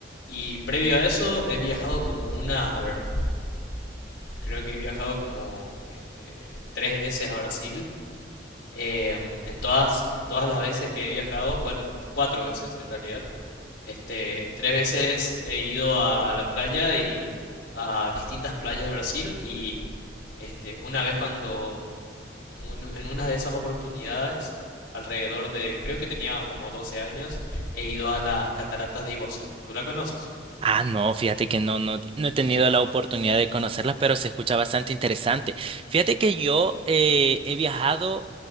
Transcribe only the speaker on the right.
Ah, no, fíjate que no, no, no he tenido la oportunidad de conocerlas, pero se escucha bastante interesante. Fíjate que yo eh, he viajado